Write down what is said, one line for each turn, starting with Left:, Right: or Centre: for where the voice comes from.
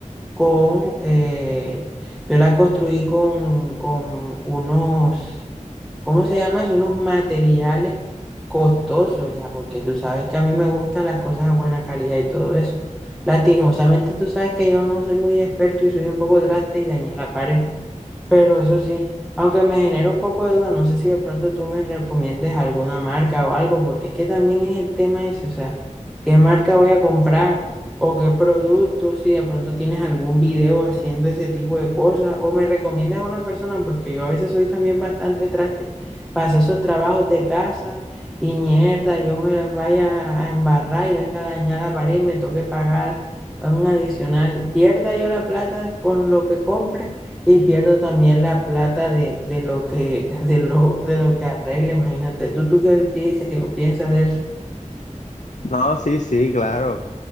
Centre: con, eh, yo la construí con, con unos, ¿cómo se llama eso? Unos materiales costosos ya, porque tú sabes que a mí me gustan las cosas de buena calidad y todo eso. Lastimosamente tú sabes que yo no soy muy experto y soy un poco traste y dañé la pared. Pero eso sí, aunque me genera un poco de duda, no sé si de pronto tú me recomiendes alguna marca o algo, porque es que también es el tema ese, o sea, ¿qué marca voy a comprar o qué producto? Si de pronto tienes algún video haciendo ese tipo de cosas o me recomiendas a una persona, porque yo a veces soy también bastante traste para hacer esos trabajos de casa y mierda, yo me las vaya a embarrar y venga a dañar la pared y me toque pagar un adicional. Pierda yo la plata con lo que compre y pierdo también la plata de, de lo que, <laughs> de lo, de lo que arregle, imagínate. ¿Tú, tú qué piensas, piensas de eso?
Left: No, sí, sí, claro.